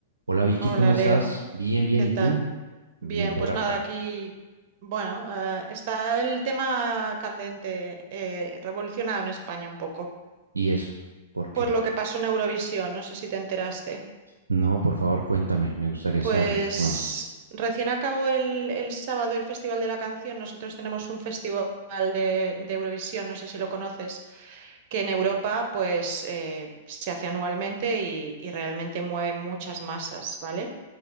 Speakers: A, on the right; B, on the right.
A: Hola Vicky,
B: Hola
A: ¿cómo estás?
B: Leo,
A: Bien, bien,
B: ¿qué
A: ¿y
B: tal?
A: tú?
B: Bien,
A: Bien por
B: pues
A: acá.
B: nada, aquí, bueno, eh, está el tema candente, eh, revolucionado en España un poco,
A: ¿Y eso? ¿Por qué?
B: por lo que pasó en Eurovisión, no sé si te enteraste.
A: No, por favor, cuéntame, me gustaría
B: Pues
A: saber mucho más.
B: recién acabó el, el sábado el Festival de la Canción, nosotros tenemos un festival de, de Eurovisión, no sé si lo conoces, que en Europa pues eh, se hace anualmente y, y realmente mueve muchas masas, ¿vale?